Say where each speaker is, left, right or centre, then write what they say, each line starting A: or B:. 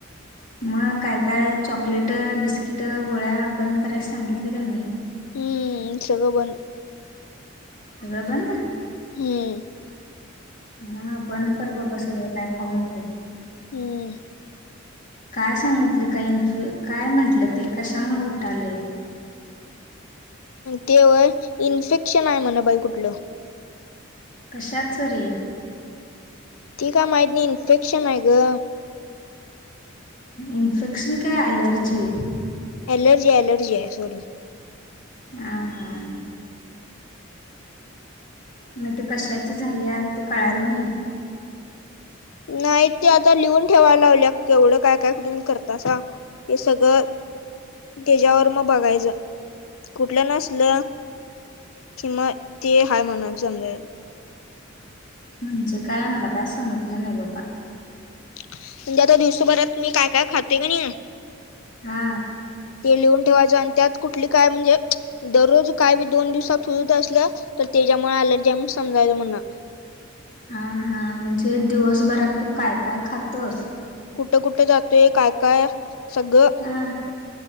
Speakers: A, on the left; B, on the left.
A: मग काय काय चॉकलेट बिस्किट गोळ्या बंद करायस सांगितलं त्यांनी.
B: हम्म. बरोबर.
A: सगळं बंद.
B: हम्म.
A: हा बंद कर बाबा सगळं काय खाऊ नको.
B: हम्म.
A: काय सांगितलं काय इन्फ्लु काय म्हटलं ते कशामुळे उठाले?
B: तें व्हय इन्फेक्शन आहे म्हणा बाई कुठलं?
A: कशाचं ऱे.
B: तें का माहित नाही इन्फेक्शन आहे ग!
A: इन्फेक्शन काय अॲलर्जी?
B: एलर्जी एलर्जी आहे सॉरी.
A: हा हा. मग ते कशाची झाले आहे ते कळायला नाही.
B: नाही ते आता लिहून ठेवायला लावले केवढं काय काय तुम्ही करतासा. हे सगळ... त्याच्यावर मग बघायच कुठलं नसल. किंवा ते हाय म्हणून समजायचं.
A: म्हणजे काय मला काय समजलं नाही बाबा.
B: म्हणजे आता दिवसभरात तुम्ही काय काय खाते क नाही...
A: हा.
B: ते लिहून ठेवायचं आणि त्यात कुठली काय म्हणजे... दररोज काय बी दोन दिवसात होुजत असलं तर त्याच्यामुळे आलर्जी आहे म्हण समजायच म्हणा.
A: हा हा म्हणजे दिवसभरात तू काय काय खातस?
B: कुठं कुठे जातोय काय काय सगळं.
A: हा